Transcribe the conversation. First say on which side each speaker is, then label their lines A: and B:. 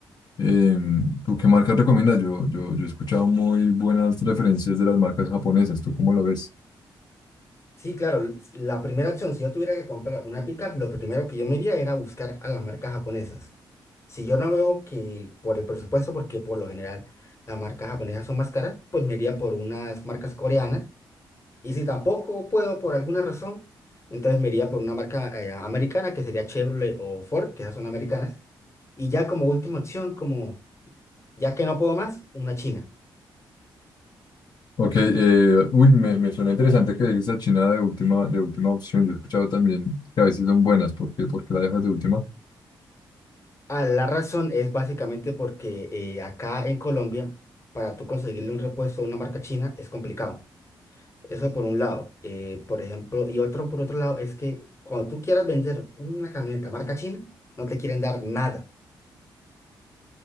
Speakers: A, on the left (about 50°); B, on the left (about 30°).
A: em, ¿tú qué marcas recomiendas? Yo, yo, yo he escuchado muy buenas referencias de las marcas japonesas, ¿tú cómo lo ves?
B: Sí, claro, la primera opción, si yo tuviera que comprar una pickup, lo primero que yo me iría era buscar a las marcas japonesas. Si yo no veo que por el presupuesto, porque por lo general las marcas japonesas son más caras, pues me iría por unas marcas coreanas. Y si tampoco puedo por alguna razón, entonces me iría por una marca eh, americana, que sería Chevrolet o Ford, que esas son americanas. Y ya como última opción, como Ya que no puedo más, una china.
A: Ok, eh, uy, me, me suena interesante que dejes a China de última, de última opción. Yo he escuchado también que a veces son buenas, porque porque por la dejas de última?
B: Ah, la razón es básicamente porque eh, acá en Colombia, para tú conseguirle un repuesto a una marca china es complicado. Eso por un lado. Eh, por ejemplo, y otro por otro lado es que cuando tú quieras vender una camioneta marca china, no te quieren dar nada.